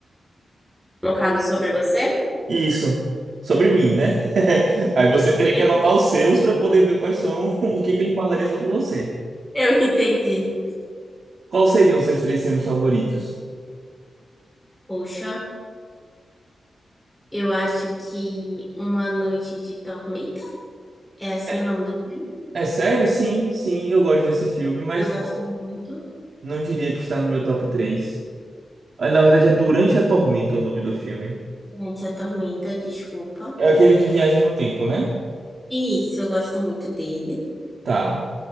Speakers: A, in the centre; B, on the right (about 60°).
A: Colocado sobre você?
B: Isso. Sobre mim, né? <laughs> Aí
A: Sim.
B: você teria
A: <laughs>
B: que anotar os seus para poder ver quais são, <laughs> o que que ele falaria sobre você.
A: Eu entendi.
B: Quais seriam os seus três filmes favoritos?
A: Poxa, eu acho que Uma Noite de Tormenta é assim
B: É
A: o nome do filme.
B: é sério? Sim, sim, eu gosto desse filme, mas
A: Eu gosto
B: não,
A: muito.
B: não diria que está no meu top 3. Ah, Na verdade, é Durante a Tormenta o nome do filme.
A: Gente, a Tormenta, desculpa.
B: É aquele de viagem no tempo, né?
A: Isso, eu gosto muito dele.
B: Tá.